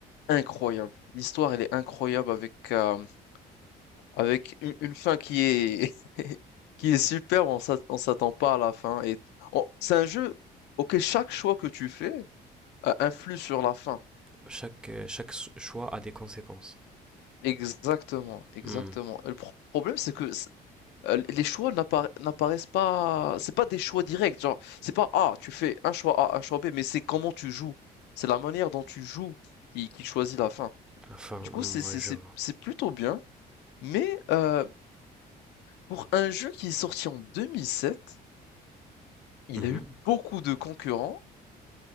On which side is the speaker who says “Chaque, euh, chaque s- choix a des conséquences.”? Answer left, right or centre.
Centre